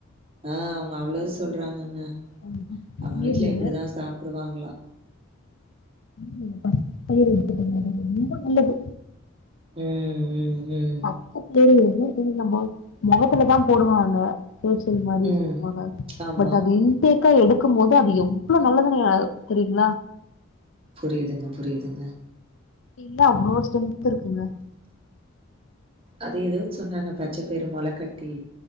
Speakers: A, on the right; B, on the left.
A: ஆ அவுங்க அவ்ளோ சொல்றாங்கங்க
B: அந்த பச்ச
A: அவுங்க
B: பயிர்ல
A: வீட்ல இப்டிதா சாப்டுவாங்களா
B: <inaudible> ரொம்ப நல்லது
A: ம் ம் ம்
B: பக்கத்துல எதும் போடலாமா மொகத்துலதா போடுவாங்க ஃபேஷியல் மாரி யூஸ்
A: ம்.
B: பண்ணுவாங்க
A: ஆமா.
B: பட் அதையும் ஃபேக்கா எடுக்கும் போது அது எவ்ளோ நல்லதுனு செரிங்ளா
A: புரியுதுங்க புரியுதுங்க
B: இல்ல அவ்ளோ ஸ்டென்த் இருக்குங்க
A: அத எதோ சொன்னாங்க பச்ச பயிறு மொள கட்டி